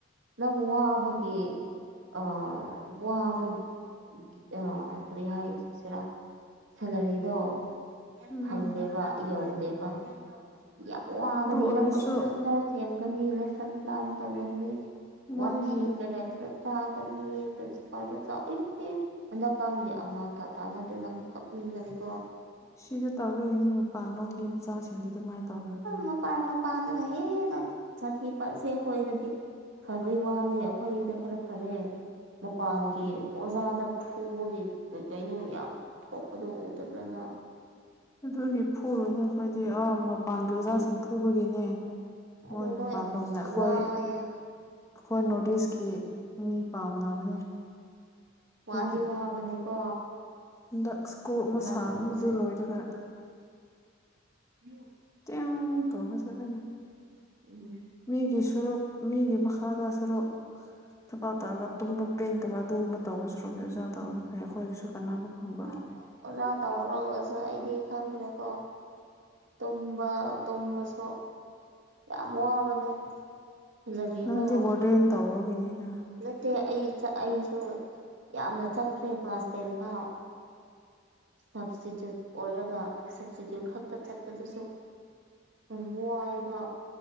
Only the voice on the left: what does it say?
ꯎꯝ
ꯑꯗꯨ
ꯑꯣꯏꯔꯁꯨ
ꯃꯣꯏꯒꯤ
ꯁꯤꯗ ꯇꯧꯕꯒꯤꯅꯤ ꯃꯄꯥꯟꯂꯣꯝꯒꯤ ꯃꯆꯥꯁꯤꯡꯗꯤ ꯑꯗꯨꯃꯥꯏ ꯇꯧꯔꯣꯏ
ꯑꯗꯨꯗꯤ ꯐꯨꯔꯣꯏꯅ ꯈꯣꯏꯗꯤ
ꯑ ꯃꯄꯥꯟꯒꯤ ꯑꯣꯖꯥꯁꯤꯡ
ꯐꯨꯕꯒꯤꯅꯦ
ꯃꯣꯏ ꯃꯄꯥꯟ
ꯂꯣꯝꯅ ꯑꯈꯣꯏ
ꯑꯈꯣꯏ ꯅꯣꯗꯤꯁꯀꯤ ꯃꯤ ꯄꯥꯝꯅꯕꯅꯦ
ꯑꯗꯨꯒꯤ
ꯍꯟꯗꯛ ꯁ꯭ꯀꯨꯜ ꯑꯃ
ꯁꯥꯝꯃꯦ
ꯗꯨ ꯂꯣꯏꯔꯒ
ꯇꯌꯣꯡ ꯇꯧꯈꯔ ꯆꯈꯔꯒꯦ
ꯃꯤꯒꯤ ꯁꯨꯔꯨꯛ ꯃꯤꯒꯤ ꯥꯃꯈꯥꯗ ꯊꯔꯣꯛ ꯊꯕꯥꯛ ꯇꯧꯔꯒ ꯇꯨꯝꯕ ꯄꯦꯟꯗꯕ ꯑꯗꯨꯒꯨꯝꯕ ꯇꯧꯕ ꯁꯔꯨꯛ ꯗꯤ ꯑꯣꯖꯥ ꯇꯧꯒꯅꯤ ꯐꯩ ꯑꯈꯣꯏꯒꯤꯁꯨ ꯀꯥꯅꯥꯕ ꯐꯪꯕ
ꯅꯪꯗꯤ ꯋꯥꯔꯗꯦꯟ ꯇꯧꯕꯒꯤꯅꯤꯅ